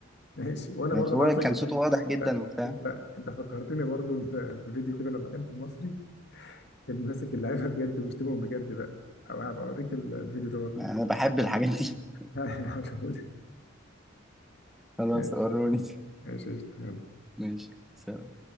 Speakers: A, on the left; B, in the centre.
A: ماشي وانا
B: هبعتهولك
A: برضه ابعت لك
B: كان صوته واضح جدا
A: لا
B: وبتاع
A: انت انت فكرتني برضو ب- بفيديو كده لما كان في المصري كان ماسك اللعيبه بجد وبيشتمهم بجد بقى او هبقى اوريك ال- الفيديو ده برضه
B: انا بحب الحاجات دي <laughs>
A: <laughs> هقولهولك.
B: خلاص
A: ماشي
B: وروني
A: ماشي قشطة. يلا.
B: ماشي سلام